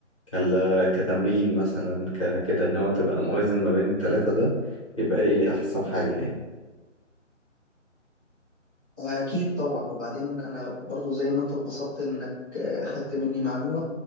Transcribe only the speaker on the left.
كال- كتمرين مثلا ك- كده ان هو تبقى موازن ما بين التلاتة ده يبقى ايه احسن حاجة يعني